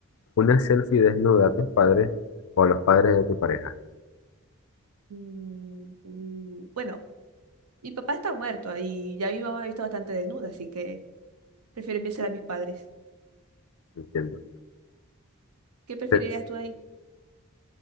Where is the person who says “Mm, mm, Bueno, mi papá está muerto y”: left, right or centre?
Right